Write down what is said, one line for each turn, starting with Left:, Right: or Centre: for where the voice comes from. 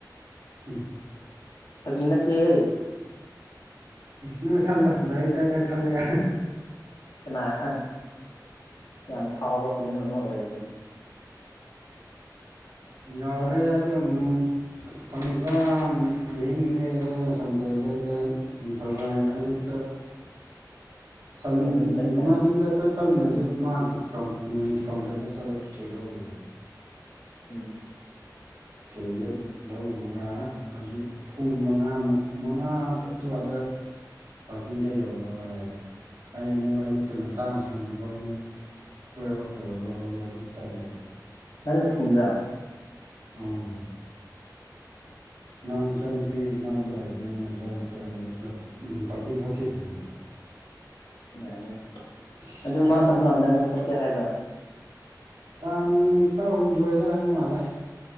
Right: ꯍꯨꯡ
Left: ꯐꯥꯒꯤ ꯅꯠꯇꯦꯍꯦ
Right: ꯅꯣꯏ ꯈꯜꯂꯣ ꯗꯥꯏꯔꯦꯛ ꯇꯥꯔꯦ ꯈꯜꯂꯒ
Left: ꯀꯅꯥ ꯈꯪ ꯌꯥꯝ ꯐꯥꯎꯕ ꯐꯤꯂꯝ ꯑꯃ ꯑꯣꯏꯔꯗꯤ
Right: ꯌꯥꯎꯔꯦ ꯑꯗꯨꯒ ꯅꯨꯡ ꯊꯪꯖꯥꯟ ꯑꯍꯤꯡ ꯂꯦꯛꯑꯦ ꯁꯟꯗꯦꯜ ꯂꯦꯛꯑꯦ ꯅꯤꯡꯊꯧꯀꯥꯏ ꯑꯌꯨꯛꯇ ꯁꯟ
Left: ꯃꯣꯏ ꯌꯨꯝ ꯆꯠꯈ꯭ꯔꯦ
Right: ꯅꯣꯡꯃꯥꯏꯖꯤꯡꯗ ꯑꯩꯈꯣꯏ ꯆꯠꯃꯤꯟꯅꯕꯗ ꯃꯥ ꯀꯥꯎꯟꯠ ꯅ ꯅꯦꯠ ꯀꯥꯎꯟꯇꯔꯗ ꯆꯠꯂꯒ ꯇꯤꯛꯀꯦꯠ ꯂꯧꯔꯨꯔꯦ
Left: ꯎꯝ
Right: ꯀꯩ ꯍꯦꯛ ꯂꯧꯔꯨꯔꯥ ꯑꯌꯨꯛ ꯄꯨꯡ ꯃꯉꯥ ꯃꯛ ꯃꯉꯥ ꯑꯗꯨꯋꯥꯏꯗ ꯄꯥꯀꯤꯡꯗ ꯌꯧꯔꯣ ꯍꯥꯏꯔꯦ ꯑꯩ ꯑꯃꯨꯛ ꯑꯌꯨꯛꯇ ꯉꯟꯇꯥ ꯁꯪꯅꯕ ꯑꯃꯨꯛ ꯑꯩꯈꯣꯏ ꯑꯣꯇꯣ ꯂꯧꯔ ꯑꯃꯨꯛ ꯆꯠꯂꯦ
Left: ꯅꯟꯅ ꯊꯤꯟꯕ꯭ꯔꯥ
Right: ꯑꯣ ꯅꯪ ꯏꯆꯟꯅꯨꯄꯤꯒꯤ ꯃꯅꯥꯛꯇ ꯂꯩꯕꯗꯣ ꯑꯩꯅ ꯂꯧꯕ ꯆꯠꯂꯒ ꯎꯝ ꯄꯥꯛꯀꯤꯡꯕꯣꯠ ꯊꯤꯜꯂꯤꯅꯦ
Left: ꯌꯥꯏꯅꯦ
Right: ꯑꯁ
Left: ꯑꯗꯨ ꯃꯥ ꯀꯝ
Right: ꯅꯨꯃꯤꯠ
Left: ꯀꯥꯟꯗ ꯑꯃꯨꯛ ꯆꯠꯀꯦ ꯍꯥꯏꯕ꯭ꯔꯥ
Right: ꯇꯥꯡ ꯇꯔꯥꯍꯨꯝꯗꯣꯏꯗ ꯍꯥꯏ ꯃꯥꯜꯂꯦ